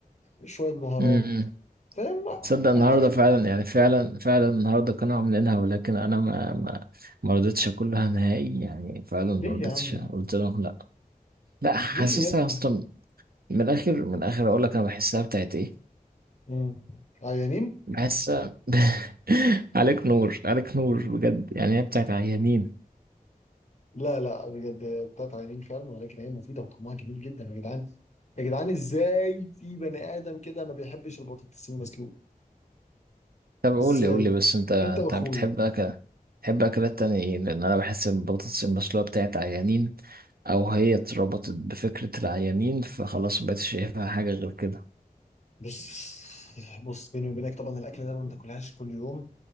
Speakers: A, on the left; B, on the right.
A: شوية بهارات
B: امم
A: فاهم
B: تصدق
A: حاجات
B: النهاردة فعلا يعني فعلا فعلا النهاردة كانوا عاملينها ولكن أنا ما ما ما رضيتش أكلها نهائي يعني فعلا
A: ليه
B: ما رضيتش
A: يا عم
B: قلت لهم لأ لا حاسسها
A: ليه يا ابني؟
B: اصلا من الاخر من الاخر اقول لك انا بحسها بتاعت ايه
A: مم. عيانين؟
B: بحسها <laughs> عليك نور عليك نور بجد يعني هي بتاعت عيانين
A: لا لا بجد هي بتاعت عيانين فعلا ولكن هي مفيدة وطعمها جميل جدا يا جدعان يا جدعان ازاي في بني آدم كده ما بيحبش البطاطس المسلوقة؟
B: طب قول
A: ازاي؟
B: لي قول لي بس انت انت
A: انت واخويا
B: بتحب اكل بتحب اكلات تانية ايه لان انا بحس البطاطس المسلوقة بتاعت عيانين او هي اتربطت بفكرة العيانين فخلاص مبقتش شايفها حاجة غير كده
A: بص بص بيني وبينك طبعا الأكل ده ما بناكلهاش كل يوم